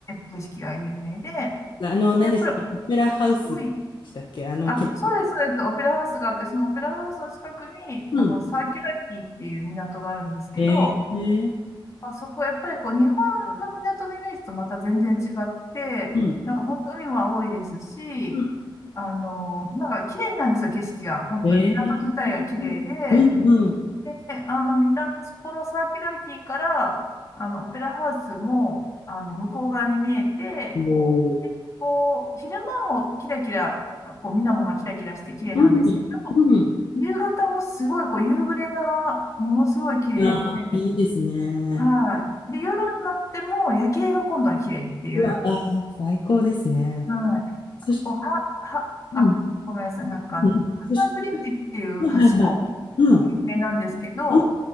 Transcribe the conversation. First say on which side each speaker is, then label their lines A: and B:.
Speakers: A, on the left (about 40°); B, on the left (about 65°).
A: 景色が有名で、
B: あの、何でしたっけオペラハウスでしたっけあの、
A: やっぱり多い、あ、
B: け、
A: そうです、そうです、オペラハウスがあって、そのオペラハウスの近くに、
B: うん。
A: あの、サーキュラティっていう港があるんですけど、
B: えー、
A: あそこ、やっぱりこう、日本の港のイメージとまた全然違って、
B: うん。
A: なんか本当海も多いですし、
B: うん
A: あの、なんか綺麗なんですよ、景色が。本当に港自体が綺麗で、
B: えー、うん。
A: で、あの、みなそこのサーキュラリティから、あの、オペラハウスも、あの、向こう側に見えて、
B: うん。おー
A: こう、昼間もキラキラ、こう、水面がキラキラして綺麗なんですけど、
B: うん。うん。
A: 夕方もすごい、こう、夕暮れがものすごい綺麗で、
B: ああ、いいですね。
A: はい。で、夜になっても夜景が今度は綺麗っていう。
B: うわあ、最高ですね。
A: はい。
B: そして、
A: こうは、は、
B: うん、
A: あ、ごめんなさい。なんかあの、
B: うん、
A: ハンナブリッジっていう橋も
B: そして、はいはいはい。うん、
A: 有名なんですけど、
B: うん、